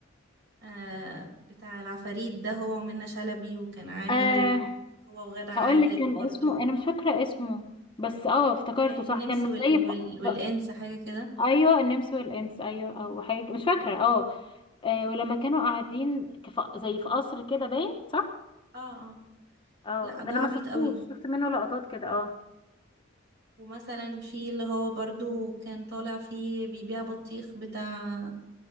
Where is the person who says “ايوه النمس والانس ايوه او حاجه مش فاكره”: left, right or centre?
Left